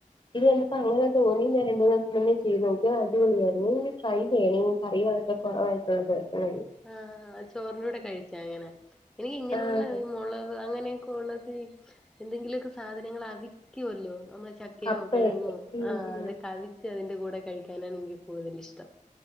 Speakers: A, on the left; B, in the centre.
A: ഇത് കണ്ടപ്പോ അങ്ങനെ തോന്നി ഞാൻ രണ്ടു ദിവസത്തിനുള്ളിൽ ചെയ്ത് നോക്കി അടിപൊളിയായിരുന്നു ഫ്രൈഡേയ്നി കറികളൊക്കെ കുറവായിട്ടുള്ള ദിവസം
B: ആ ചോറിന്റെ കൂടെ കഴിച്ചാ അങ്ങനെ എനിക്ക് ഇങ്ങനെയുള്ള
A: ആഹ്
B: ഈ മുളവ് അങ്ങനെ ഇപ്പ ഉള്ളത് എന്തെങ്കിലുമൊക്കെ സാധനങ്ങൾ അവിക്കുമല്ലോ നമ്മെ ചക്കയോ
A: കപ്പയൊക്കെ
B: കിഴങ്ങോ
A: ഉം
B: ആ അത്
A: ഉം
B: കവിച്ച് അതിന്റെ കൂടെ കഴിക്കാനാണ് എനിക്ക് കൂടുതൽ ഇഷ്ടം